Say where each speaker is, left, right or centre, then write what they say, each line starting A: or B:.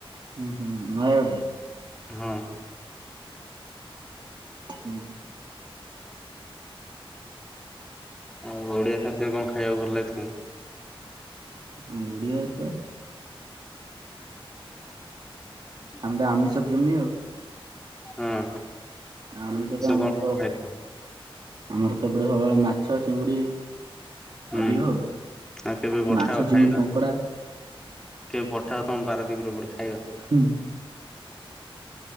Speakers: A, on the right; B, in the centre.
A: ହୁଁ ହୁଁ।
B: ହଁ।
A: ହୁଁ।
B: ହଉ ଓଡିଆ ଖାଦ୍ୟ କଣ ଖାଇବାକୁ ଭଲ ଲାଗେ? ତମ
A: ଆଉ ଓଡିଆ ତ
B: ଆ
A: ଆମ ତ ଆମି ସବ ପ୍ରେମୀଉ
B: ହଁ
A: ଆମିଷ ଟା ଆମର
B: କଣ
A: ତ
B: ଖାଇଥିଲ
A: ଆମର ସେପଟ ସବୁବେଳେ ମାଛ ଚିଙ୍ଗୁଡି।
B: ହୁଁ
A: ଅଧିକ ଆଉ
B: ଆଉ କେବେ ପଠାଅ
A: ମାଛ
B: ଖାଇବା
A: ଚିଙ୍ଗୁଡି କଙ୍କଡା।
B: କେବେ ପଠା ତମ ପାରାଦି ପୁରଟେ ଖାଇବା।
A: ହୁଁ।